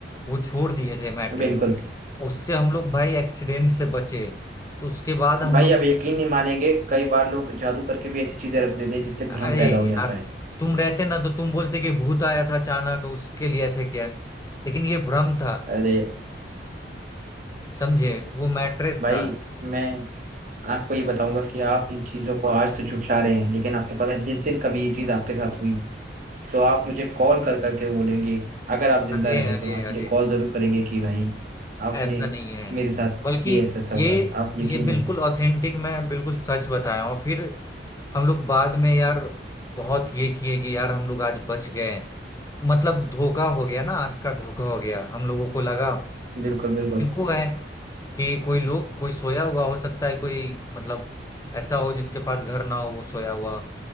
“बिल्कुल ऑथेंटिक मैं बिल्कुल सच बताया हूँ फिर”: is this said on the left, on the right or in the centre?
Left